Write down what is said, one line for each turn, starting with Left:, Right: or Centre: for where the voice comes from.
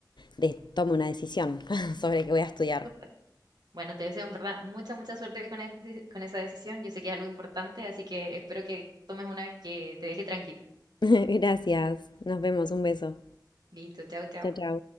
Left: de- tome una decisión <laughs> sobre qué voy a estudiar.
Right: Súper. Bueno, te deseo en verdad mucha, mucha suerte con, ese- con esa decisión. Yo sé que es algo importante, así que espero que tomes una que te deje tranquila.
Left: <laughs> Gracias, nos vemos, un beso.
Right: Listo, chao, chao.
Left: Chao, chao.